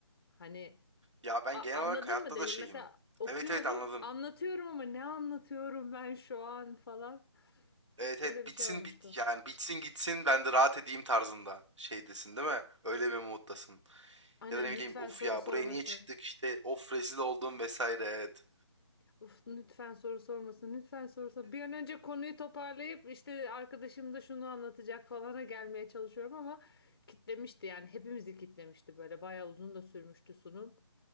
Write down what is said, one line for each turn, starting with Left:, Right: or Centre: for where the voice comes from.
Left: Hani
Right: Ya ben
Left: a-
Right: genel
Left: anladın
Right: olarak hayatta
Left: mı dedim.
Right: da şeyim.
Left: Mesela okuyorum,
Right: Evet evet anladım.
Left: anlatıyorum ama ne anlatıyorum ben şu an falan.
Right: Evet evet
Left: Öyle bir
Right: bitsin
Left: şey olmuştu.
Right: bit yani bitsin gitsin ben de rahat edeyim tarzında şeydesin değil mi? Öyle bir moddasın.
Left: Aynen
Right: Ya da ne
Left: lütfen
Right: bileyim of
Left: soru
Right: ya
Left: sormasın.
Right: buraya niye çıktık işte of rezil oldum vesaire evet.
Left: Uf, lütfen soru sormasın. Lütfen soru sor. Bir an önce konuyu toparlayıp işte arkadaşım da şunu anlatacak falana gelmeye çalışıyorum ama kitlemişti yani hepimizi kitlemişti böyle bayağı uzun da sürmüştü sunum